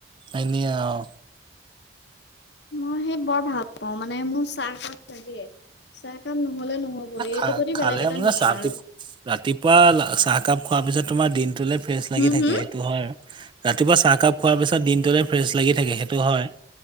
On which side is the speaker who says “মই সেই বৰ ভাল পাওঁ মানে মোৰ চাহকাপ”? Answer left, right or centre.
Left